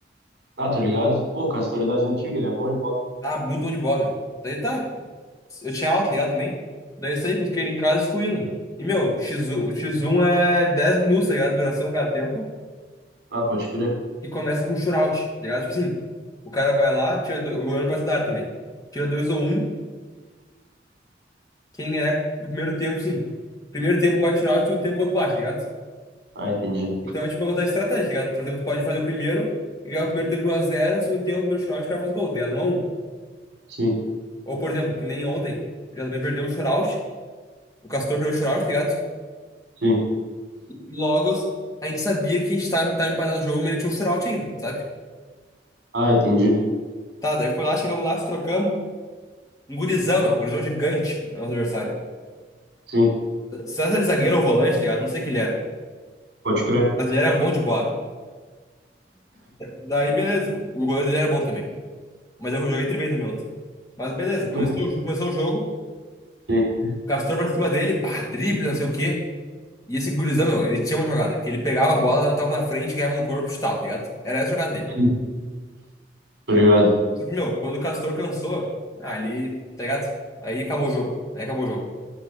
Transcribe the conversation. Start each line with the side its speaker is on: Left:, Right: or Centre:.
Right: Ah, tô ligado. Pô, Castor é das antigas, ele é bom de bola.
Left: Ah, muito bom de bola, meu. Daí tá, eu tinha aula, tá ligado, também. Daí saí, busquei ele em casa e fui indo. E, meu, X1, o X1 é 10 minutos, tá ligado? Duração cada tempo.
Right: Ah, pode crer.
Left: E começa com shootout, tá ligado? Tipo assim, o cara vai lá, tira dois, o goleiro pode dar também. Tira dois ou um quem ganhar o primeiro tempo, sim. Primeiro tempo um bate final, segundo tempo outro bate, tá ligado?
Right: Ah, entendi.
Left: Então é tipo uma vantagem estratégica, tá ligado? Por exemplo, tu pode fazer o primeiro e ganhar o primeiro tempo de 1x0, no segundo tempo, no primeiro shootout, o cara faz gol, tá ligado? um a um
Right: Sim,
Left: Ou, por exemplo, que nem ontem, o JB perdeu o shootout, o Castor perdeu o shootout, tá ligado?
Right: sim.
Left: Logo, a gente sabia que a gente tava, tava empatado no jogo, mas ele tinha um shootout ainda, sabe?
Right: Ah, entendi.
Left: Tá, daí foi lá, chegamos lá, se trocamos. Um gurizão, meu, um gurizão gigante, nosso adversário.
Right: Sim,
Left: Será que era zagueiro ou volante, tá ligado? Não sei o que ele era.
Right: pode crer.
Left: Mas ele era bom de bola, meu. Daí, beleza. O goleiro dele era bom também. Mas eu joguei tri bem também ontem. Mas beleza, começou,
Right: Tu...
Left: o jo- começou o jogo.
Right: Sim,
Left: Castor pra cima dele, bah, drible, não sei o quê. E esse gurizão, meu, ele tinha uma jogada, que ele pegava a bola, dava um tapa na frente, ganhava no corpo e chutava, tá ligado? Era essa a jogada dele.
Right: sim. Tô ligado.
Left: Só que, meu, quando o Castor cansou, ah, ali, tá ligado? Aí acabou o jogo. Aí acabou o jogo.